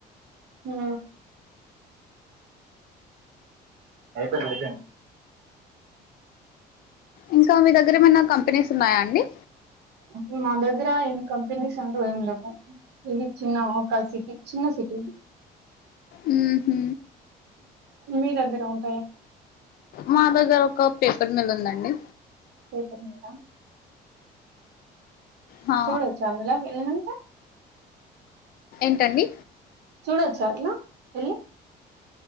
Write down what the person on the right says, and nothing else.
అ ఐపోయింది ఐపోయింది
ఇప్పుడు మా దగ్గర ఏం కంపెనీస్ అంటు ఏం లేవు ఇది చిన్న ఒక సిటీ చిన్న సిటీ
మీ దగ్గర ఉన్
పేపర్ మిల్లా
చూడోచ్చ అందులోకి వెళ్ళినంకా
చూడచ్చ అట్ల ఎల్లీ